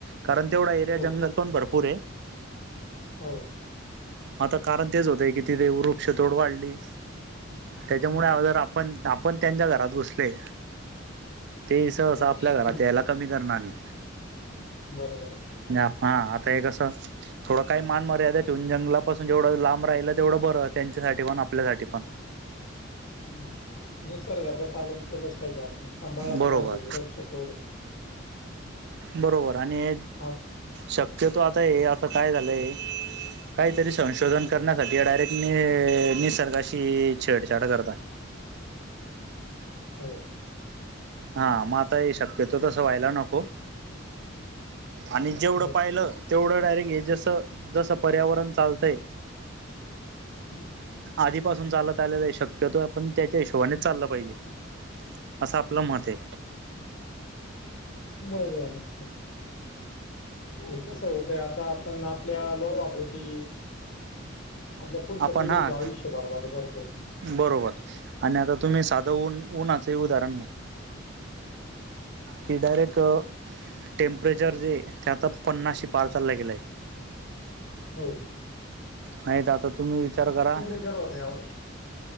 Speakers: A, on the right; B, on the left.
A: कारण
B: हो
A: तेवढा एरिया जंगल पण भरपूर आहे.
B: हो.
A: आता कारण तेच होतय कि तिथे वृक्ष तोड वाढली. त्याच्यामुळे
B: हा
A: अगोदर आपण, आपण त्यांच्या घरात घुसलोय. ते ही सहसा
B: तर
A: आपल्या
B: ते
A: घरात याला कमी करणार नाही.
B: बरोबर आहे
A: आणि हा आता हे कस थोडं काही मान मर्याद ठेवून जंगलापासून जेवढं लांब राहिलं तेवढं बरं त्यांच्यासाठी पण आपल्यासाठी पण.
B: हम.. निसर्गाचं पालन केलंच पाहिजे., आपण सांभाळच
A: बरोबर
B: पाहिजे वृक्ष तोड
A: बरोबर आणि
B: हा
A: शक्यतो आता हे आता काय झालंय काहीतरी संशोधन करण्यासाठी डायरेक्ट नि निसर्गाशी छेडछाड करता.
B: हो
A: हा -हा मग आता हे शक्यतो तसं व्हायला नको आणि जेवढं
B: बर
A: पाहिलं तेवढं डायरेक्ट हे जसं जसं पर्यावरण चालतंय.
B: हम.
A: आधीपासून चालत आलेल आहे शक्यतो पण त्याच्या हिशोबानेच चाललं पाहिजे. असं आपलं मत आहे
B: बर-बर आच्छा आणि कसं हाय? होतय आता आपण आपल्या लोबापोटी आपल्या पुढच्या
A: आपण
B: पिढीचे
A: हा
B: आयुष्य बरबाद करतोय.
A: बरोबर आणि आता तुम्ही साधं ऊन उन्हाचं हे उदाहरण घ्या. कि डायरेक्ट टेम्परेचर जे ते आता पन्नासे पार चाललं गेलं आहे.
B: हो
A: नाही तर आता तुम्ही विचार करा.
B: जरतवर.